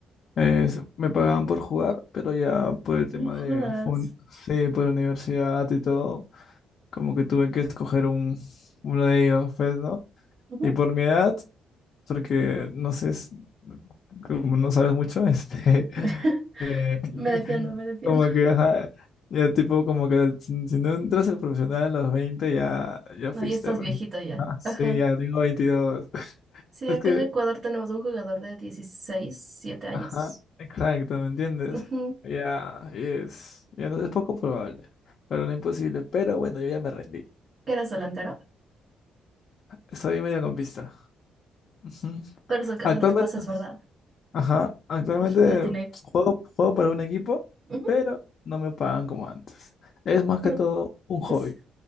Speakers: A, on the left; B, on the right.
A: eh, s- me pagaban por jugar, pero ya por el tema
B: No jodas.
A: de, un- sí, por universidad y todo, como que tuve que escoger un, uno de ellos, pues, ¿no?
B: ujú.
A: Y por mi edad, porque no sé, es- como no sabes mucho, este,
B: <laughs>
A: <laughs> eh,
B: Me
A: <laughs>
B: defiendo, me defiendo.
A: como
B: <laughs>
A: que, ajá, ya tipo, como que si, si no entras al profesional a los 20 ya, ya
B: No,
A: fuiste,
B: ya estás
A: pues.
B: viejito ya.
A: Ah, sí,
B: Ajá.
A: ya tengo veintidós <laughs>
B: Sí,
A: Es
B: acá
A: que,
B: en Ecuador tenemos un jugador de 16, 7 años.
A: ajá, exacto, ¿me entiendes?
B: Ujú.
A: Ya, es, ya no es poco probable, pero no imposible. Pero bueno, yo ya me rendí.
B: Que eras delantero.
A: Soy medio campista. Ujú.
B: Pero eres el que
A: Actualmente,
B: hace los pases, ¿verdad?
A: Ajá, actualmente
B: Uf, la tiene.
A: juego, juego para un equipo,
B: Ujú.
A: pero no me pagan como antes. Es más
B: Pero
A: que todo un hobby.
B: es-